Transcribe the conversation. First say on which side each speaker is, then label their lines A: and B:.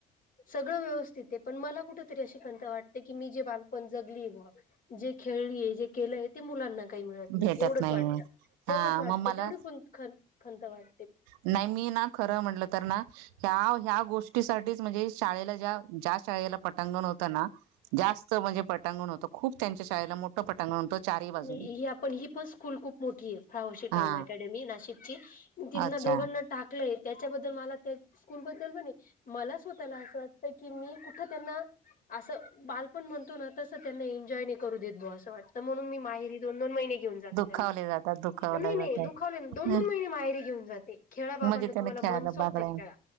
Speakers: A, on the left; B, on the right.
A: सगळे व्यवस्थित आहे पण मला कुठेतरी अशी खंत वाटते की मी जे बाल पण जगली बुवा जे खेळलीये जे केलंय ते मुलांना काही मिळत नाही
B: भेटत
A: एवढंच
B: नाही
A: वाटत तेवढंच
B: हा
A: वाटतं
B: मग मला
A: तेवढ पण खंत वाट
B: नाही मी ना खरं म्हटलं तर ना ह्या ह्या गो ष्टी साठीच म्हणजे शाळेला ज्या शाळेला पटांगण होतं ना जास्त म्हणजे पट पटांगण होत खूप त्यांच्या शाळेला मोठं पटांगण चारही बाजून
A: ही आपण ही पण स्कूल खूप मोठी आहे फ्राउंशी टाऊन
B: हा
A: अकॅडमी नाशिकची त्यांना
B: अच्छा
A: दोघांना टाकलंय. त्याच्याबद्दल मला त्या स्कूलबद्दल म्हणे मला स्वतःला असं वाटतं की मी कुठ त्यांना असं बालपण म्हणतो ना, तसं त्यांना एन्जॉय नाही करू देत बुवा असं वाटतं म्हणून मी माहेरी दोन दोन महिने घेऊन जाते
B: दुखावले
A: त्यांना
B: जातात दुखावले
A: नाही नाही
B: जातात
A: दुखवले ना दोन
B: अ,
A: दोन महिने माहेरी घेऊन जाते. खेळा बाबानो
B: म्हणजे त्याने
A: तुम्हांला
B: खेळायला
A: मनसोक्त
B: बागड्या
A: खेळा.